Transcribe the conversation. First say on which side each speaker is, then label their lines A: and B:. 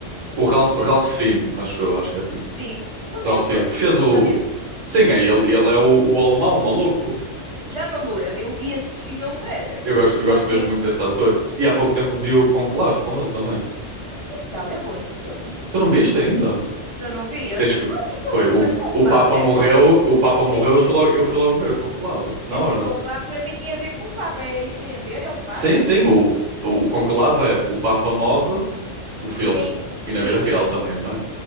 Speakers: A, on the right (about 85°); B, on the right (about 30°).
A: O Ralph,
B: Eh,
A: Ralph Fiennes, acho eu, acho que é assim.
B: sim, ele
A: Ralfine,
B: entrou nesse
A: que fez
B: filme,
A: o.
B: já nem, me-
A: Sim, é ele. Ele é o, o alemão, o maluco.
B: já não me lembro. Eu vi esse filme, era- eh,
A: Eu gosto,
B: foi quando.
A: gosto mesmo muito desse ator. E há pouco tempo vi o Conclave com ele também.
B: E que tal? É bom esse filme?
A: Tu não viste ainda?
B: Ainda não via.
A: Tens que.
B: Ah, É sobre.
A: Foi,
B: o-
A: o,
B: Mas Conclave,
A: o Papa
B: é-
A: morreu,
B: eu, eu,
A: o Papa morreu,
B: é assim,
A: eu fui logo, eu fui logo ver o Conclave, na
B: É Assim,
A: hora.
B: conclave para mim tinha a ver com Papa. É isso que tem a ver? É um padre?
A: Sim, sim,
B: O Que é
A: o,
B: que se-
A: o Conclave é o Papa morre, o filme.
B: E tem.
A: E
B: Sim.
A: na vida real também, não é?